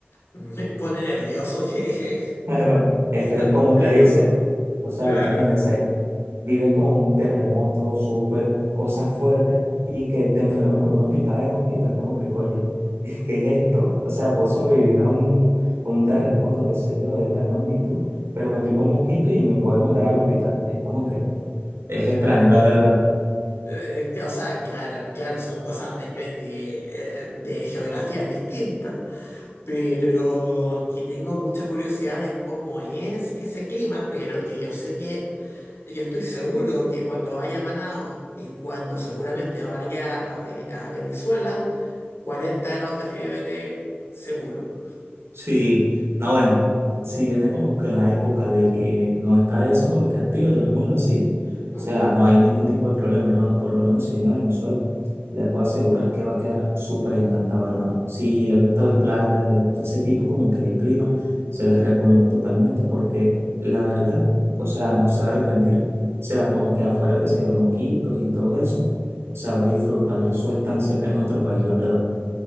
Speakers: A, on the left; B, on the right.
A: Me pone nervioso que,
B: <laughs> Pero
A: <laughs>
B: es
A: que
B: que,
A: sean
B: como
A: tan peligrosos.
B: usted dice, o sea,
A: Claro,
B: imagínese, vive con terremotos, súper, cosas fuertes y que te enfermes por una picada de mosquitos, es como que, oye, <laughs> ¿qué es esto? O sea, puedo sobrevivir a un, a un terremoto, qué sé yo, de tal magnitud, pero me pico un mosquito y me puede mandar al hospital. Es como que es
A: claro.
B: extraño, la verdad.
A: Eh, que- o sea, claro, claro, son cosas de, que- de, eh, de geografías distintas. Pero que tengo mucha curiosidad de cómo es ese clima, pero que yo sé que, yo estoy seguro que cuando vaya a Manaos y cuando seguramente vaya a, Ve- a Venezuela, 40 grados de fiebre seguro.
B: Sí, no, bueno, si viene como que en la época de que no está eso como que activo, llamémoslo así,
A: Ujú,
B: o sea, no hay ningún tipo de problema, hermano, por lo menos si viene a Venezuela, le puedo asegurar que va a quedar súper encantado, hermano. Si le gustan las playas, le gusta ese tipo como que de clima, se las recomiendo totalmente porque la verdad, o sea, no se va a arrepentir. O sea, como que afuera que sea los mosquitos y todo eso, o sea, va a disfrutar su estancia acá en nuestro país, la verdad.